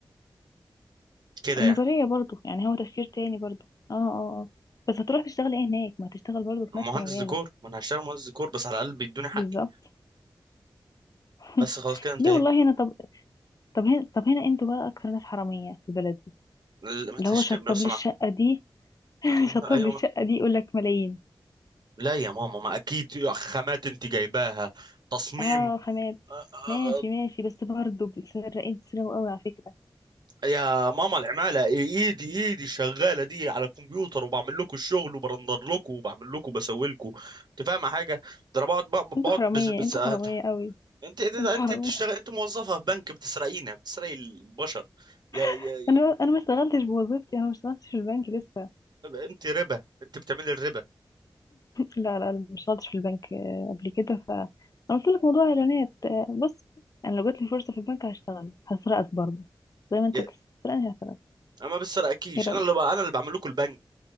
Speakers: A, on the right; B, on the left.
A: كده
B: النظرية
A: يعني
B: برضو يعني هو تفكير تاني برضو اه اه اه بس هتروح تشتغل ايه هناك ما تشتغل برضو في نفس
A: مهندس
B: مجالك
A: ديكور ما انا هشتغل مهندس ديكور بس على الاقل بيدوني حقي
B: بالظبط <laughs>
A: بس خلاص كده انتهينا
B: ليه والله هنا طب طب هنا طب هنا انتوا بقى اكتر ناس حرامية في البلد دي
A: لما تشتغل
B: اللي هو شطب
A: صناعة
B: لي الشقة دي <laughs>
A: ايوه
B: شطب
A: ايوه
B: لي الشقة دي يقول لك ملايين
A: لا يا ماما ما اكيد يا خامات انت جايباها تصميم
B: اه خامات
A: أ- أ-
B: ماشي
A: أ-
B: ماشي بس برضو بتسرقين تسرقوا قوي على فكرة
A: يا ماما العمالة ايدي ايدي شغالة دي على الكمبيوتر وبعمل لكم الشغل وبرندر لكم وبعمل لكم وبسوي لكم انت فاهمة حاجة ده انا بقعد بقعد بقعد
B: انتوا حرامية
A: بس بس
B: انتوا
A: انت
B: حرامية قوي
A: انت انت
B: انتوا حرامية
A: بتشتغل انت موظفة في بنك بتسرقينا بتسرقي البشر يا يا
B: <laughs> انا انا ما اشتغلتش بوظيفتي انا ما اشتغلتش في البنك لسه
A: انت ربا انت بتعملي الربا
B: لا لا اشتغلتش في البنك آه، قبل كده ف انا قلت لك موضوع اعلانات آه، بص انا لو جات لي فرصه في البنك هشتغل هسرقك برضه زي ما انت
A: يا-
B: بتسرقني هسرقك
A: انا ما بسرقكيش
B: ايه رايك
A: انا اللي ب- انا اللي بعمل لكم البنك